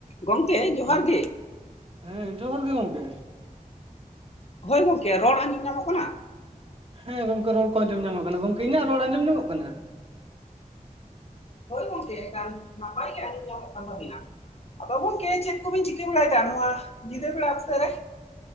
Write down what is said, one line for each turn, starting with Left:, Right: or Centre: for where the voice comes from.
Left: ᱜᱚᱝᱠᱮ ᱡᱚᱦᱟᱨ
Right: ᱦᱮᱞᱳ,
Left: ᱜᱮ᱾
Right: ᱦᱮᱸ ᱡᱚᱦᱟᱨ ᱜᱮ ᱜᱚᱝᱠᱮ᱾
Left: ᱦᱳᱭ ᱜᱚᱝᱠᱮ, ᱨᱚᱲ ᱟᱸᱡᱚᱢ ᱧᱟᱢᱚᱜ ᱠᱟᱱᱟ?
Right: ᱦᱮᱸ ᱜᱚᱝᱠᱮ ᱨᱚᱲ ᱠᱚ ᱟᱸᱡᱚᱢ ᱧᱟᱢᱚᱜ ᱠᱟᱱᱟ, ᱜᱚᱝᱠᱮ ᱤᱧᱟᱹᱜ ᱨᱚᱲ ᱟᱸᱡᱚᱢ ᱧᱟᱢᱚᱜ ᱠᱟᱱᱟ?
Left: ᱦᱳᱭ ᱜᱚᱝᱠᱮ ᱮᱠᱟᱞ ᱱᱟᱯᱟᱭ ᱜᱮ ᱟᱸᱡᱚᱢ ᱧᱟᱢᱚᱜ ᱠᱟᱱ ᱛᱟᱵᱤᱱᱟ, ᱟᱫᱚ ᱜᱚᱝᱠᱮ ᱪᱮᱫ ᱠᱚᱵᱤᱱ ᱪᱤ ᱪᱮ-ᱮᱢ ᱞᱟᱹᱭᱫᱟ ᱱᱚᱣᱟ ᱧᱤᱫᱟᱹ ᱵᱮᱲᱟ ᱚᱠᱛᱚ ᱨᱮ?